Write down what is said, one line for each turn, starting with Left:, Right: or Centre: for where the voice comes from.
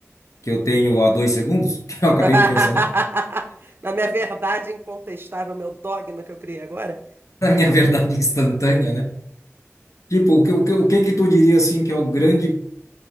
Left: que eu tenho há dois segundos, <laughs> que eu
Right: <laughs>
Left: acabei de pensar,
Right: Na minha verdade incontestável, meu dogma que eu criei agora?
Left: na minha verdade instantânea, né? Tipo, o que, o que, o que que tu diria, assim, que é o grande